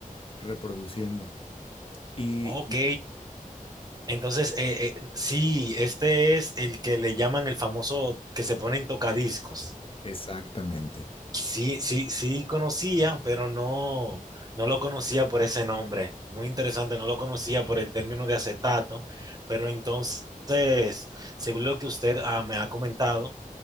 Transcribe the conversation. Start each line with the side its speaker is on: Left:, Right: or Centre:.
Left: reproduciendo. Y
Right: Ok, entonces eh, eh, sí, este es el que le llaman el famoso que se pone en tocadiscos.
Left: exactamente.
Right: Sí, sí, sí conocía, pero no, no lo conocía por ese nombre. Muy interesante, no lo conocía por el término de acetato, pero entonces, según lo que usted ah, me ha comentado,